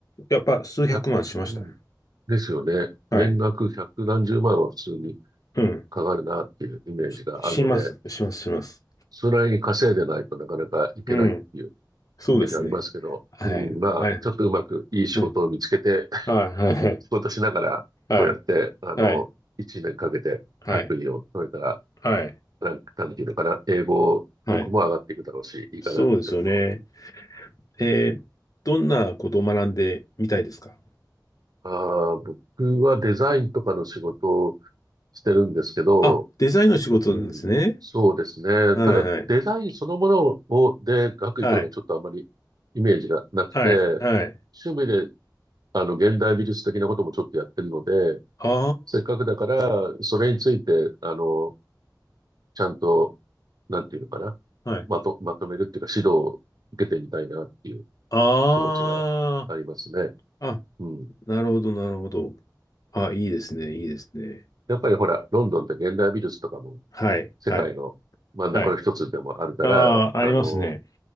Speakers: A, on the left; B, on the right.
A: やっぱ数百万しましたね。
B: 1うん。ですよね。
A: はい。
B: 年額百何十万は普通に
A: うん。
B: かかるなっていうイメージがあるので、
A: しします、します、します。
B: それなりに稼いでないとなかなかいけないっていう
A: うん。そうですね。
B: イメージありますけど、
A: はい。
B: うん、まあ、
A: はい。
B: ちょっとうまくいい仕事を見つけて、
A: うん。
B: <laughs>
A: はい、はい、
B: 仕事しながら、
A: はい、
B: こうやって、あの、
A: はい、
B: 1年かけて学位を取れたら、
A: はい、はい、
B: なん、なんていうのかな、英語力も上がっていくだろうし、
A: はい。
B: いいかなってちょっと。
A: そうですよね。えー、どんなことを学んでみたいですか
B: ああ、僕はデザインとかの仕事をしてるんですけど、
A: あ、デザインの仕事なんですね。
B: うん。そうですね。
A: はい、
B: ただ、
A: はい、
B: デザインそのものを、で、学位取るのはちょっとあまりイメージがなくて、
A: はい、はい、はい。
B: 趣味で、あの、現代美術的なこともちょっとやってるので、
A: あ
B: せっかくだから、それについて、あの、ちゃんと、なんていうのかな。
A: あ、はい。
B: まと、まとめるっていうか、指導を受けてみたいなっていう
A: あ
B: 気持ちがありますね。
A: あ、あ、
B: うん。
A: なるほど、なるほど。あ、いいですね、いいですね。
B: やっぱりほら、ロンドンって現代美術とかも
A: はい、
B: 世界の真ん中の一つでもあるから、
A: はい、はい。ああ、ありますね。
B: あの、